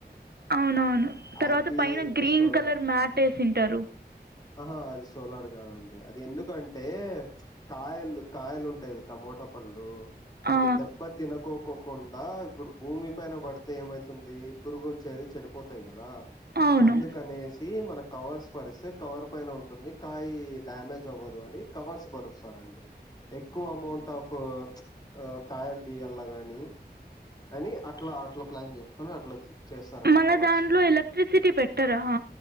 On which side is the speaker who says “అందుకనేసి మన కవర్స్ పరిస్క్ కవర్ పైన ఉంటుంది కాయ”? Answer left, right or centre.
Left